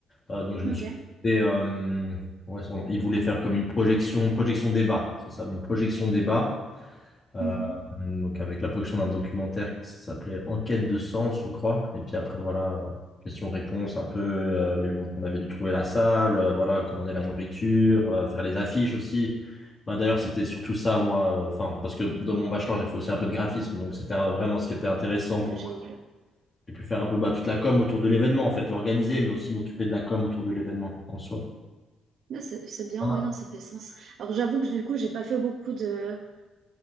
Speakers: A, on the left; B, on the right.
A: Euh, donc, je
B: Ok.
A: me suis fait, euh, ouais, on- ils voulaient faire comme une projection, projection débat, c'est ça, une projection débat. Euh,
B: Mhm.
A: donc avec la production d'un documentaire qui s'appelait Enquête de sens, je crois. Et puis après, voilà, euh, question-réponse un peu. euh, mais bon, on avait dû trouver la salle, euh, voilà, commander la nourriture, euh, faire les affiches aussi. Bah, d'ailleurs, c'était surtout ça, moi, euh, enfin, parce que dans mon bachelor, j'ai fait aussi un peu de graphisme, donc c'était euh, vraiment ce qui était intéressant pour
B: Ah, Génial.
A: moi. J'ai pu faire un peu bah, toute la com autour de l'événement, en fait, l'organiser, mais aussi m'occuper de la com autour de l'événement en soi.
B: Ah, C'est c'est bien,
A: Ah,
B: ouais, non, ça fait sens. Alors j'avoue que du coup, j'ai pas fait beaucoup de,